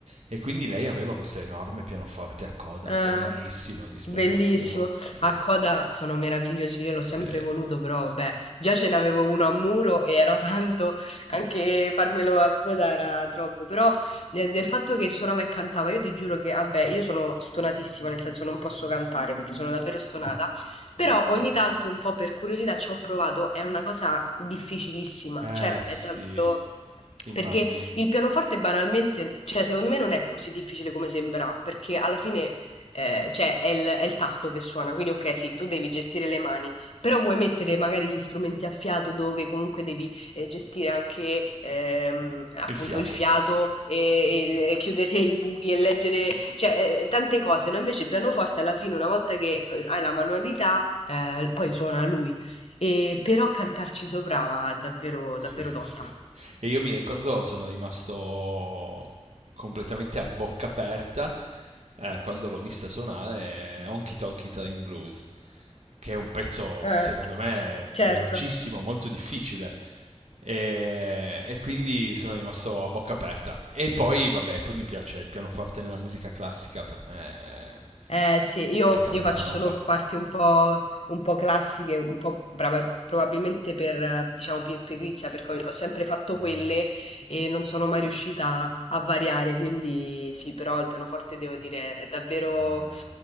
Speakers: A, on the right; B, on the left.
A: e quindi lei aveva questo enorme pianoforte a coda,
B: Eh,
A: bellissimo, a disposizione.
B: bellissimo.
A: Sì,
B: A coda
A: sì,
B: sono meravigliosi, io
A: sì.
B: l'ho sempre voluto, però vabbè, già ce n'avevo uno a muro e era tanto, anche farmelo a coda era troppo, però eh, del fatto che suonava e cantava, io ti giuro che, vabbè, io sono stonatissima, nel senso non posso cantare perché sono davvero stonata, però ogni tanto un po' per curiosità ci ho provato, è una cosa difficilissima,
A: Eh,
B: cioè
A: sì,
B: è davvero...
A: immagino.
B: Perché il pianoforte banalmente, cioè secondo me non è così difficile come sembra, perché alla fine eh, cioè è il, è il tasto che suona, quindi ok, sì, tu devi gestire le mani, però vuoi mettere magari gli strumenti a fiato dove comunque devi eh, gestire anche ehm, appunto
A: Il fiato.
B: il fiato e, e il- e chiudere i buchi e leggere, cioè eh, tante cose, no? Invece il pianoforte alla fine, una volta che hai la manualità, eh, poi suona lui, e, però cantarci sopra è davvero,
A: Sì,
B: davvero tosta.
A: sì. E io mi ricordo, sono rimasto completamente a bocca aperta eh, quando l'ho vista suonare eh, Honky Tonky Train Blues. che è un pezzo
B: Eh,
A: secondo me velocissimo,
B: certo.
A: molto difficile. E, e quindi sono rimasto a bocca aperta. E poi, vabbè, poi mi piace il pianoforte nella musica classica, per me è,
B: Eh sì, io
A: è tanta
B: io faccio
A: roba.
B: solo parti un po' un po' classiche, un po' brava probabilmente per, ehm, diciamo, per pigrizia, perché ho ho sempre fatto
A: Mm.
B: quelle e non sono mai riuscita a variare, quindi sì, però il pianoforte devo dire è davvero
A: Eh,